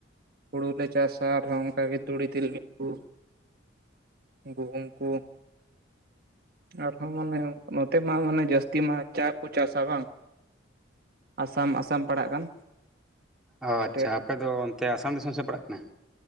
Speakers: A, on the right; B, in the centre.
A: ᱦᱩᱲᱩᱞᱮ ᱪᱟᱥᱟ ᱟᱨᱦᱚᱸ ᱚᱱᱠᱟ ᱜᱮ ᱛᱩᱲᱤ ᱛᱤᱞᱢᱤᱧ ᱠᱚ ᱜᱩᱦᱩᱢ ᱠᱚ ᱟᱨᱦᱚᱸ ᱢᱟᱱᱮ ᱱᱚᱛᱮ ᱢᱟ ᱢᱟᱱᱮ ᱡᱟᱹᱥᱛᱤ ᱢᱟ ᱪᱟ ᱠᱚ ᱪᱟᱥᱟ ᱵᱟᱝ ᱟᱥᱟᱢ ᱟᱥᱟᱢ ᱯᱟᱲᱟᱜ ᱠᱟᱱ
B: ᱚ ᱟᱪᱪᱷᱟ
A: ᱥᱴᱮᱴ
B: ᱟᱯᱮᱫᱚ ᱚᱱᱛᱮ ᱟᱥᱟᱢ ᱫᱤᱥᱚᱢ ᱥᱮᱫ ᱯᱟᱲᱟᱜ ᱠᱟᱱᱟ